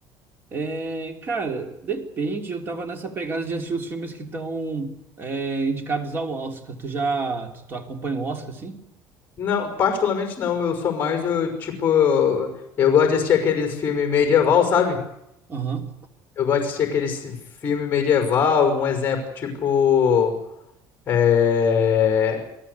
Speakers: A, on the right; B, on the left.
A: É, cara, depende. Eu tava nessa pegada de assistir os filmes que estão indicados ao Oscar. Tu já. Tu, tu acompanha o Oscar, assim?
B: Não, particularmente não, eu sou mais, eu, tipo, eu gosto de assistir aqueles filmes medieval, sabe?
A: Aham.
B: Eu gosto de assistir aqueles filme medieval, um exemplo, tipo. é,